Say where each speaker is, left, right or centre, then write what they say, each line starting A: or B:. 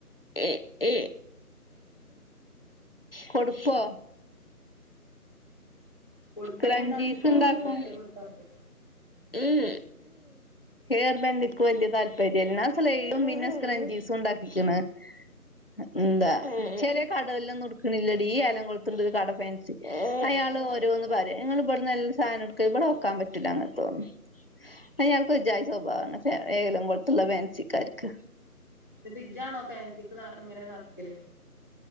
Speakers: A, on the left (about 40°); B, on the left (about 15°).
A: ഏ കൊടുപ്പ്
B: കൊടുക്കന്നെ
A: കഞ്ജിസ്
B: ഇണ്ടാക്കിക്കോ
A: ഉണ്ടാക്കും
B: എന്നിട്ട് കടേ കൊടുത്താ മതി
A: ഉം ഹെയർ ബാൻഡക്ക് വലിയ താല്പര്യല്ല സയിടും മിന്ന സ്ക്രഞ്ചീസും ഉണ്ടാക്കിണ് ഉം എന്താ ചെറിയ കടയിൽ ഒന്നും എടുക്കുന്നില്ലടി ഈ ആലംകുളത്തുണ്ട് ഒരു കട ഫാൻസി അയാൾ ഓരോന്ന് പറയും ഞങ്ങ ഇവിടെന്ന് സാധനം എടുക്ക ഇവിടെ വെക്കാൻ പറ്റില്ല അങ്ങനെത്തെന്നും അയാൾക്ക് ഒരു ജാതി സ്വഭാവമാണ് ഏലം കൊടുത്തുള്ള ഫാൻസിക്കാർക്ക്
B: ഫ്രിഡജാണോ ഫാൻസിക്ക് ഇങ്ങനെ നടക്കല്